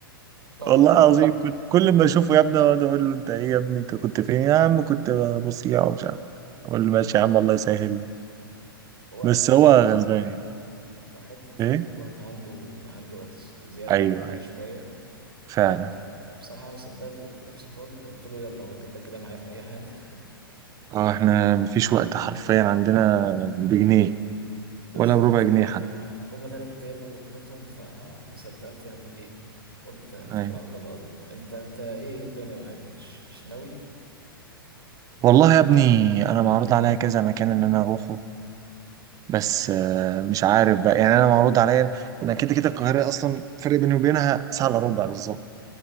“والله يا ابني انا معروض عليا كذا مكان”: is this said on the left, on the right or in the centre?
Right